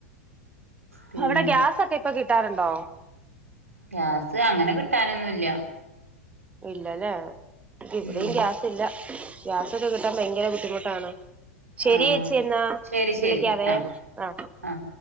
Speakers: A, on the right; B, on the right.
A: പിന്നെ
B: അവിടെ ഗ്യാസൊക്കെ ഇപ്പൊ കിട്ടാറുണ്ടോ?
A: ഗ്യാസ് അങ്ങനെ കിട്ടാനൊന്നുല്ല.
B: ഇല്ലല്ലേ ഇവിടെയും
A: ഉം
B: ഗ്യാസ ഇല്ല. ഗ്യാസൊക്കെ കിട്ടാൻ ഭയങ്കര ബുദ്ധിമുട്ടാണ്. ശരി
A: ആഹ്
B: ചേച്ചി എന്ന എന്നാ
A: ശരി ശരി
B: വിളിക്കാവേ
A: ആഹ്
B: ആ
A: ആഹ്